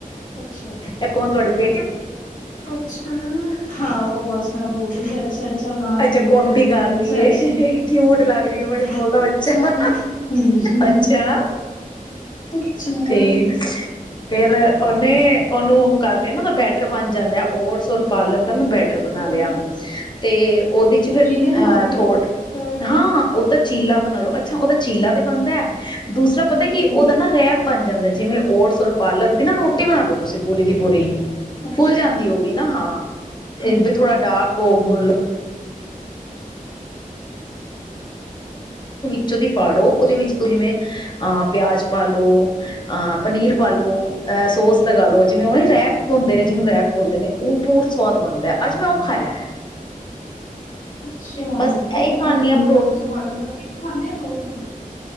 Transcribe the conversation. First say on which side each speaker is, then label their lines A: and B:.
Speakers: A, on the left; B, on the left.
A: ਅੱਛਾ
B: ਇੱਕ ਹੁਣ ਤੁਹਾਡੇ ਪੀ
A: ਅੱਛਾ ਹਾਹੋ ਬਸ ਮੈਂ ਬੋਲਦੀ ਅੱਛਾ ਅੱਛਾ ਨਾਲ
B: ਅੱਛਾ
A: ਰਪੀਟ
B: ਕਾਪੀ
A: ਜਾਂਦੀ
B: ਕਰ ਰਹੀ
A: ਅੱਛਾ
B: ਏ
A: ਅੱਛਾ
B: ਕਿਊਟ ਲੱਗ ਰਹੀ ਹੈ ਬੜੀ
A: ਅੱਛਾ
B: ਬੋਲਦਾ ਬੱਚਾ
A: ਹਮ
B: ਅੱਛਾ
A: ਅੱਛਾ।
B: ਤੇ ਫੇਰ ਉਹਨੇ ਉਹਨੂੰ ਕਰ ਲਿਆ ਨਾ ਉਹਦਾ ਬੈਟਰ ਬਣ ਜਾਂਦ ਆ ਓਟਸ ਔਰ ਪਾਲਕ
A: ਹੂੰ
B: ਦਾ ਮੈਂ ਬੈਟਰ ਬਣਾ
A: ਕੋਈ
B: ਲਿਆ ਤੇ ਉਹਦੇ ਚ ਫਿਰ
A: ਕਿੰਨੇ ਬਣਾ
B: ਅਹ
A: ਲਏ ਫਿਰ
B: ਥੋੜ
A: ਕੋਈ
B: ਹਾਂ ਉਹਦਾ ਚੀਲਾ ਬਣਾ ਲਓ। ਅੱਛ ਉਹਦਾ ਚੀਲਾ ਤੇ ਬਣਦਾ ਦੂਸਰਾ
A: ਹੂੰ
B: ਪਤਾ ਕਿ ਉਹਦਾ ਨਾ ਰੈਪ ਬਣ ਜਾਂਦਾ ਜਿਵੇਂ ਓਟਸ ਔਰ ਪਾਲਕ ਦੇ ਵਿੱਚ।
A: ਉੱਪਰ
B: ਨਾ ਰੋਟੀ ਬਣਾ ਲੋ ਤੁਸੀਂ ਪੂਰੀ ਦੀ ਪੂਰੀ
A: ਅੱਛਾ
B: ਫੁੱਲ ਜਾਂਦੀ ਉਹ ਵੀ ਨਾ ਹਾਂ।
A: ਹੂੰ
B: ਇਹ ਵੀ ਥੋੜਾ ਡਾਕ ਹੋ ਗੁਣਲੋ ਵਿੱਚੋ ਦੀ ਫਾੜੋ
A: ਅੱਛਾ
B: ਉਹਦੇ ਵਿੱਚ ਤੁਲਵੇ ਅ ਪਿਆਜ ਪਾਲੋ ਅ ਪਨੀਰ ਪਾਲੋ ਅਹ ਸੋਸ ਲਗਾ ਲੋ ਜਿਵੇਂ <unintelligible> ਉਹ ਰਹਿਪ
A: ਹਾਂ
B: ਹੁੰਦੇ ਨੇ ਜਿਹਨੂੰ ਰਹਿਪ ਬੋਲਦੇ ਨੇ ਉਹ ਬਹੁਤ ਸਵਾਦ ਬਣਦਾ
A: ਹਾਂ
B: ਅੱਜ ਮੈਂ ਉਹ ਖਾਇਆ।
A: ਅੱਛਾ
B: ਬਸ
A: ਤੇ
B: ਇਹ
A: ਕਿੰਨੇ
B: ਖਾਂਦੀ
A: ਫ
B: ਹਾਂ
A: ਦਿਨ ਦਾ
B: ਪ੍ਰੋ
A: ਤੁਸੀਂ ਖਾ ਲੈਦੇ ਬਸ ਇੱਕ ਖਾਂਦੇ ਆ ਦੋ ਖਾਂਦੇ